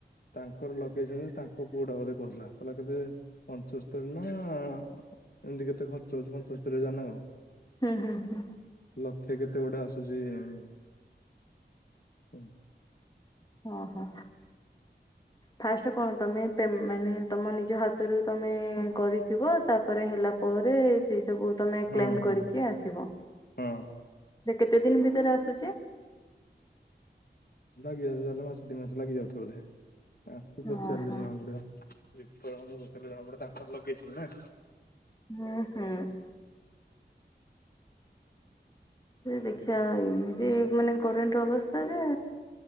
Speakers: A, on the left (about 55°); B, on the left (about 20°).
A: ତାଙ୍କର ଲଗେଇଛନ୍ତି ତାଙ୍କ ପୁଅଟା ବୋଧେ କହୁଥିଲା କହିଲା କେେ ପଞ୍ଚସ୍ତରୀ ନା ଏମତି କେତେ ଖର୍ଚ୍ଚ ହଉଛି ପଞ୍ଚସ୍ତରୀ ହଜାର ନା କଣ
B: ହୁଁ ହୁଁ ହୁଁ
A: ଲକ୍ଷେ କେତେ ଗୁଟେ ଆସୁଛି ହ
B: ଓ ହୋ ଫାଷ୍ଟ କଣ ତମେ ମାନେ ତମ ନିଜ ହାତରୁ ତମେ କରିଥିବ ତାପରେ ହେଲା ପରେ ସେ ସବୁ ତମେ
A: ହଁ
B: କ୍ଲେମ
A: ହଁ
B: କରିକି ଆସିବ।
A: ହଁ।
B: ସେ କେତେ ଦିନ ଭିତରେ ଆସୁଛେ?
A: ଲାଗିଯାଉ ତାଲେ ମାସ ଡି ମାସ ଲାଗିଯାଉ ବୋଧେ? ଆକୁ ପଚାରିଲି
B: ଓହୋ।
A: ଜଣା ପଡିବ। <inaudible> ଜଣପଡେ ତାଙ୍କର ଲଗେଇଛନ୍ତି ନା
B: ହୁଁ ହୁଁ ଦେଖିବା ଏମିତି ମାନେ କରେଣ୍ଟ ଅବସ୍ଥା ଯେ